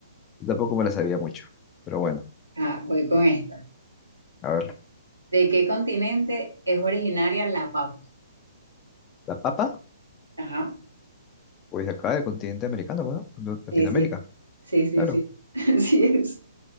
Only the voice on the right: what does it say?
Ah, voy con esta.
¿De qué continente es originaria la papa?
Ajá,
sí, sí, sí, sí,
sí. <laughs> Así es.